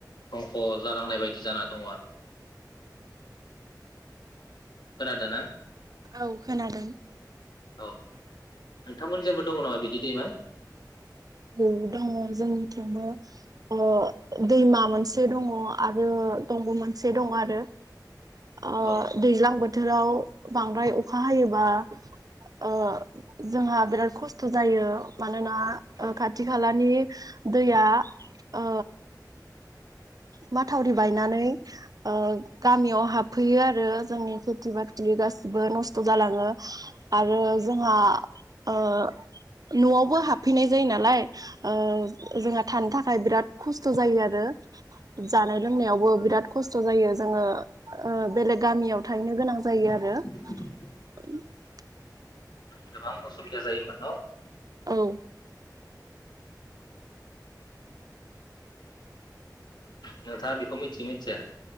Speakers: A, on the left; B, on the right.
A: धंख' जालांनाय बायदि जाना दङ आरो
B: उ
A: खोनादोंना
B: औ खोनादों
A: औ नोंथांमोन जाबो दङ नामा बिदि दैमा
B: औ दङ जोंनि थिंबो ओ दैमा मोनसे दङ आरो दंग मोनसे दं आरो ओ
A: औ
B: दैज्लां बोथोर बोथोराव बांद्राय अखा हायोबा ओ जोंहा बिराद खस्थ' जायो मानोना
A: औ
B: खाथि खालानि दैया ओ माथावरि बायनानै ओ गामियाव हाबफैयो आरो जोंनि खेथि बाथि गासिबो नस्थ जालाङो आरो जोंहा ओ‌ नआवबो हाबफैनाय जायो नालाय ओ जोंहा थानो थाखाय बिराद खस्थ जायो आरो जानाय लोंनायावबो बिराद खस्थ जायो जोङो ओ बेलेग गामियाव थाहैनो गोनां जायो आरो
A: <inaudible>
B: <inaudible>
A: गोबां असुबिदा जायो ओमबा न
B: औ।
A: नोंथाङा बेखौ मिथियो मिथिया?